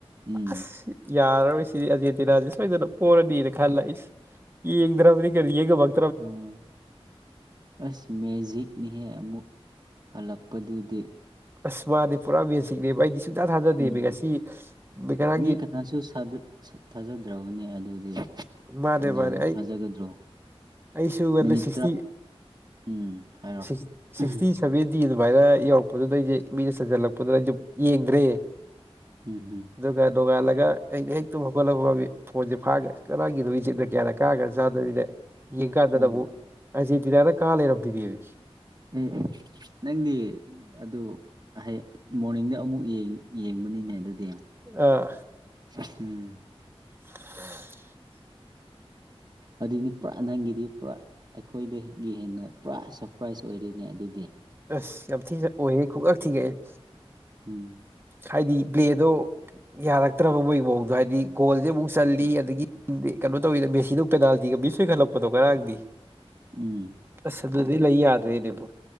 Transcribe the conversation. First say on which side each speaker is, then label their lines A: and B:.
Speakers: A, on the right (about 40°); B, on the right (about 20°).
A: ꯎꯝ
B: ꯑꯁ ꯌꯥꯔꯔꯣꯏꯁꯤꯅꯤ ꯑꯥꯔꯖꯦꯟꯇꯤꯅꯥꯁꯦ ꯁꯣꯏꯗꯅ ꯄꯣꯔꯅꯤꯅ ꯈꯜꯂꯦ ꯏꯁ ꯌꯦꯡꯗꯔꯕꯅꯤ ꯀꯩꯅꯣ ꯌꯦꯡ ꯉꯝꯃꯛ
A: ꯑꯝ ꯑꯁ ꯃꯦꯖꯤꯛꯅꯤꯍꯦ ꯑꯃꯨꯛ ꯍꯜꯂꯛꯄꯗꯨꯗꯤ
B: ꯑꯁ ꯃꯥꯅꯦ ꯄꯨꯔꯥ ꯃꯦꯖꯤꯛꯅꯦꯕ ꯑꯩꯗꯤ ꯁꯨꯡꯊꯥ ꯊꯥꯖꯗꯦꯕ
A: ꯎꯝ
B: ꯉꯁꯤ ꯉꯔꯥꯡꯒꯤ
A: ꯃꯤ ꯀꯅꯥꯁꯨ ꯁꯥꯗꯠ ꯊꯥꯖꯗ꯭ꯔꯕꯅꯦ ꯑꯗꯨꯗꯤ
B: ꯃꯥꯅꯦ
A: ꯀꯅꯥꯅ
B: ꯃꯥꯅꯦ ꯑꯩ
A: ꯊꯥꯖꯒꯗ꯭ꯔꯣ
B: ꯑꯩꯁꯨ ꯉꯟꯅ
A: ꯃꯤꯅꯤꯠꯇ
B: ꯁꯤꯛꯁꯇꯤ
A: ꯎꯝ ꯍꯥꯏꯔꯣ
B: ꯁꯤꯛꯁ ꯁꯤꯛꯁꯇꯤ
A: ꯎꯝ
B: ꯁꯕꯦꯟꯗꯤ ꯑꯗꯨꯃꯥꯏꯅ ꯌꯧꯔꯛꯄꯗꯨꯗ ꯑꯩꯁꯦ ꯃꯤꯅ ꯁꯟꯖꯜꯂꯛꯄꯗꯨꯅ ꯑꯩꯁꯦ ꯌꯦꯡꯗ꯭ꯔꯦ
A: ꯎꯝ ꯍꯝ
B: ꯑꯗꯨꯒ ꯅꯣꯉꯥꯜꯂꯒ ꯑꯩꯅ ꯍꯦꯛ ꯇꯨꯝ ꯍꯧꯒꯠꯂꯒ ꯐꯣꯟꯁꯦ ꯐꯥꯛꯒ꯭ꯔꯦ ꯉꯥꯔꯥꯡꯒꯤꯗꯣ ꯋꯤꯆꯠ ꯃꯦꯗꯤꯌꯥꯗ ꯀꯥꯒꯔꯥꯀꯥꯟꯗꯅꯦ ꯌꯦꯡ ꯀꯥꯟꯗꯃꯨꯛ
A: ꯎꯝ
B: ꯑ꯭ꯔꯖꯦꯟꯇꯤꯅꯅ ꯀꯥ ꯂꯩꯔꯝꯕꯤꯅꯦꯃꯦ
A: ꯗꯤ ꯅꯪꯗꯤ ꯑꯗꯨ ꯍꯌꯦ ꯃꯣꯔꯅꯤꯡꯗ ꯑꯃꯨꯛ ꯌꯦꯡꯕꯅꯤꯅꯦ ꯑꯗꯨꯗꯤ
B: ꯑꯥ
A: ꯎꯝ
B: <inaudible>
A: ꯑꯗꯨꯗꯤ ꯄꯨꯔꯥ ꯅꯪꯒꯤꯗꯤ ꯄꯨꯔꯥ ꯑꯩꯈꯣꯏꯗꯒꯤ ꯍꯦꯟꯅ ꯄꯨꯔꯥ ꯁꯔꯄ꯭ꯔꯥꯏꯖ ꯑꯣꯏꯔꯤꯅꯦ ꯑꯗꯨꯗꯤ
B: ꯑꯁ ꯌꯥꯝ ꯊꯤ ꯑꯣꯍꯦ ꯈꯨꯉꯛ ꯊꯤ ꯉꯛ ꯑꯦ
A: ꯎꯝ
B: ꯍꯥꯏꯗꯤ ꯄ꯭ꯂꯦꯗꯣ ꯌꯥꯔꯛꯇ꯭ꯔꯕ ꯃꯣꯏ ꯃꯑꯣꯡꯗꯣ ꯍꯥꯏꯗꯤ ꯒꯣꯜꯁꯦ ꯑꯃꯨꯛ ꯆꯜꯂꯤ
A: ꯎꯝ
B: ꯑꯗꯒꯤ ꯀꯩꯅꯣ ꯇꯧꯋꯤꯗ ꯃꯦꯁꯤꯗꯨ ꯄꯦꯅꯥꯜꯇꯤꯒ ꯃꯤꯁ ꯑꯣꯢꯈꯜꯂꯛꯄꯗꯣ ꯉꯔꯥꯡꯗꯤ
A: ꯎꯝ
B: ꯑꯁ ꯑꯗꯨꯗꯤ ꯂꯩ ꯌꯥꯗ꯭ꯔꯦꯅꯦꯕꯣ